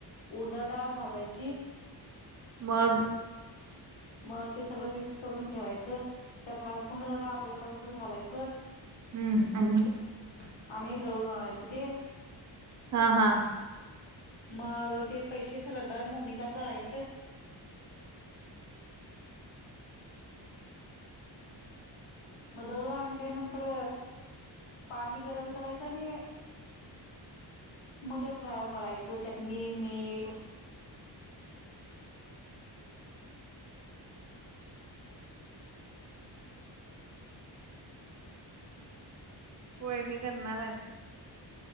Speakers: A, on the left; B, on the right.
A: उडदाची डाळ भाजायची,
B: मग
A: मग ते सगळं मिक्स करून ठेवायचं, त्यात हळखुंड जरा आपल्याला पाहिजे असलं तर घालायचं.
B: हं.
A: म इथे
B: आणि?
A: पण चलतस <unintelligible> आणि दौ आणयचं ते.
B: हा! हा!
A: मग ते पैसे श्रद्धा मोनिकाच आहेत. म दळ आणल्यानंतर पाणी गरम करायचं आणि मग त्यात मळायचं चटणी मीठ.
B: होय मी करणार आहे.